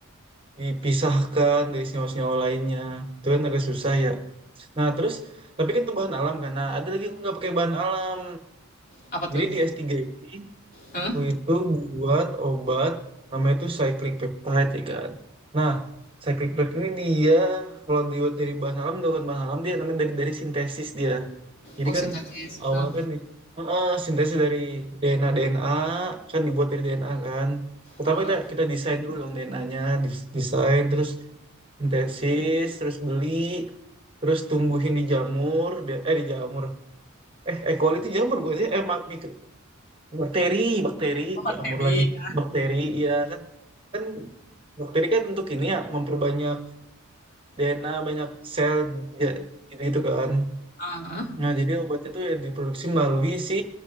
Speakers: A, on the right; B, on the left.
A: dipisahkan dari senyawa-senyawa lainnya. Itu kan agak susah ya. Nah terus tapi kan itu bahan alam kan. Nah ada lagi aku nggak pakai bahan alam.
B: apa tuh
A: Jadi di s tiga ini
B: Hah?
A: Aku itu buat obat namanya itu cyclic peptide ya kan. Nah, cyclic peptide ini dia kalau dibuat dari bahan alam, dibuat bahan alam dia namanya dari dari sintesis dia. Jadi
B: oh sintetis
A: kan awal
B: Hah?
A: kan di, Heeh, sintesis dari DNA DNA kan dibuat dari DNA kan. Pertama
B: Oh,
A: kita kita desain dulu dong DNA-nya, desain terus sintesis, terus beli, terus tumbuhin di jamur, biar- eh di jamur. Eh, E. coli itu jamur bukan sih? Eh, mak, mik- Bakteri, bakteri,
B: obat
A: ya umur
B: baby.
A: lagi. Bakteri, ya kan, kan bakteri kan untuk ini ya memperbanyak DNA, banyak sel, ya, gitu, gitu kan.
B: ah, ah.
A: Nah, jadi obat itu ya diproduksi melalui si